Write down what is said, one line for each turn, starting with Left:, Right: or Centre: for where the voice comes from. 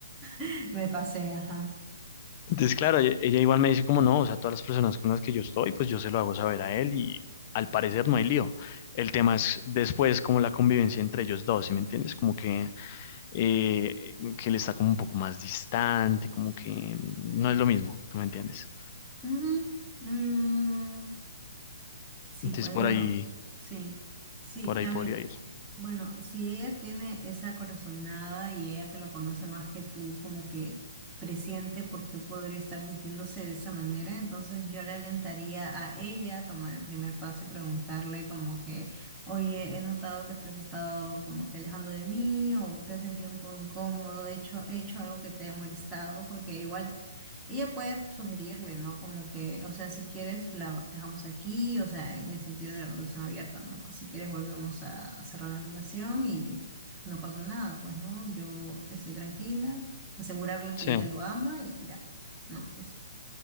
Centre: <laughs> me pasé, ajá.
Left: Entonces, claro, ella ella igual me dice como no, o sea, todas las personas con las que yo estoy, pues yo se lo hago saber a él y al parecer no hay lío. El tema es después como la convivencia entre ellos dos, ¿sí me entiendes? Como que, eh, que él está como un poco más distante, como que mm, no es lo mismo, ¿tú me entiendes?
Centre: Ujú, mm, Sí,
Left: Entonces
Centre: pues
Left: por
Centre: bueno,
Left: ahí,
Centre: sí, sí,
Left: por
Centre: ya
Left: ahí podría
Centre: mira,
Left: ir.
Centre: bueno, si ella tiene esa corazonada y ella que lo conoce más que tú, como que presiente por qué podría estar sintiéndose de esa manera, entonces yo le alentaría a ella a tomar el primer paso y preguntarle como que, oye, he notado que te has estado como que alejando de mí o te has sentido un poco incómodo, he hecho, he hecho algo que te haya molestado, porque igual... Ella puede sugerirle, ¿no? Como que, o sea, si quieres la dejamos aquí, o sea, en el sentido de la relación abierta, ¿no? Pues Si quieres volvemos a cerrar la relación y no pasó nada, pues, ¿no? Yo estoy tranquila, asegurarle que
Left: Sí,
Centre: ella lo ama y ya. No, eso.